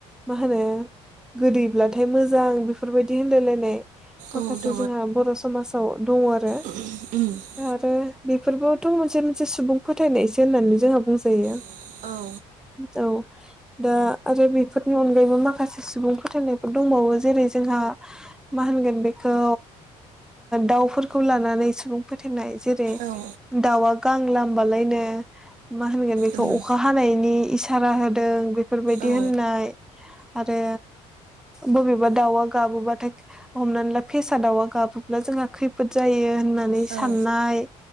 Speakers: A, in the centre; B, on the right.
A: मा होनो गोदैब्लाथाय मोजां बेफोरबायदि होनलाय लायनाय माखासे
B: औ दङ
A: जोंहा बर' समाज औ दङ आरो
B: <unintelligible>
A: दा आरो बेफोरबोथ' मोनसे मोनसे सुबुं फोथायनायसो होननानै जोंहा बुंजायो
B: औ
A: औ दा आरो बेफोरनि अनगायैबो माखासे सुबुं फोथायनायफोर दंबावो जेरै जोंहा मा होनगोन बेखौ दाउफोरखौ लानानै सुबुं फोथायनाय जेरै
B: औ
A: दाउवा गां लामबालायनो मा होनगोन बेखौ
B: उम
A: अखा हानायनि इसारा होदों बेफोरबायदि
B: औ
A: होननाय आरो बबेबा दाउवा गाबोबाथाय हमनानै ला फेसा दाउवा गाबोब्ला जोंहा खैफोद जायो होननानै
B: औ
A: साननाय